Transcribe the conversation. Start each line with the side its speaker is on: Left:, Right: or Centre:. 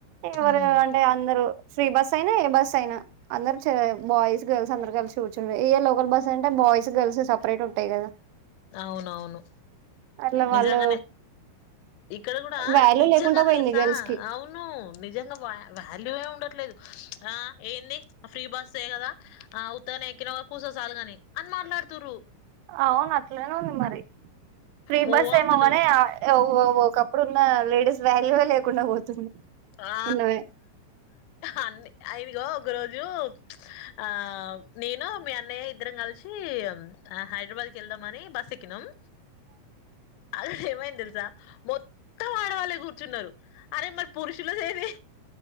Right: ఎవరు
Left: ఉమ్
Right: అంటే అందరుూ ఫ్రీ బస్ అయినా ఏ బస్ అయినా అందరరు బాయ్స్ గర్ల్స్ అందరు కలిసి కూర్చుంటే ఏ లోకల్ బస్ అంటే బోయిస్ గర్ల్స్ సపరట్ ఉంటట్టయి
Left: అవునవును
Right: అట్లా వాళ్ళు
Left: నిజంగానే ఇక్కడ కూడా
Right: వాల్యూ
Left: నిజంగా
Right: లేకుండా
Left: తెలుసా
Right: పోయింది గర్ల్స్ కి
Left: అవును నిజంగా వాల్యూ ఏ చట్లేదు ఆ ఏంది ఫ్రీ బస్ చేయ కదా ఆ ఉత్తని ఎక్కిన కూర్చో చాలుగాని మాట్లాడుతురు
Right: అవున అట్లేనే ఉంది మరి ప్రీ
Left: మో
Right: బస్ ఏమ్వనే
Left: అసలు
Right: ఓక్కప్పుడు ఉన్న లేడీస్ వాల్యువే లేకుండా పోతుంది
Left: ఆ
Right: ఉన్నవే
Left: అన్ని ఐదుగ ఒక రోజు ఆ నేను మీ అన్నయ్య ఇద్దరం కలిసి హైదరాబాద్ క వెళ్ద మనీ బస్ ఎక్కినమ్ అసలు ఏమైంది తెలుసా మొత్తం ఆడవాళ్ళే కూర్చున్నారు అరే మరి పురుషుల ఏది